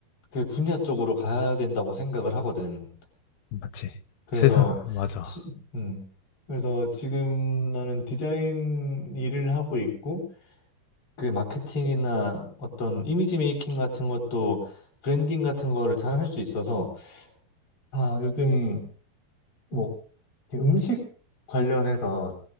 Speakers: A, on the left; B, on the left.
A: 그 분야 쪽으로 가야 된다고 생각을 하거든.
B: 맞지.
A: 그래서
B: 세상, 맞아.
A: 지, 음. 그래서 지금 나는 디자인 일을 하고 있고 그 마케팅이나 어떤 이미지 메이킹 같은 것도 브랜딩 같은 거를 잘 할 수 있어서 아, 요즘 뭐 이렇게 음식 관련해서